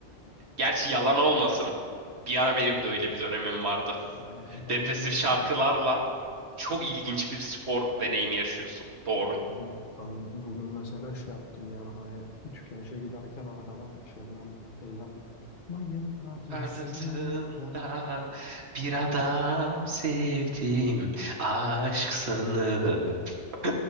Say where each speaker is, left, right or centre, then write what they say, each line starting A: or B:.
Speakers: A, on the right; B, on the left.
A: Gerçi yalan olmasın.
B: Evet,
A: Bir ara benim de
B: Yani,
A: öyle bir dönemim vardı.
B: yani ben
A: Depresif
B: bilmiyorum.
A: şarkılarla çok ilginç bir spor deneyimi yaşıyorsun. Doğru.
B: Abi ben bugün mesela şey yaptım yani hani tükenişe giderken arkadan Şebnem teyzem mayın tarlasında
A: Tarlasında bir adam sevdim. Aşk sanıp. <laughs>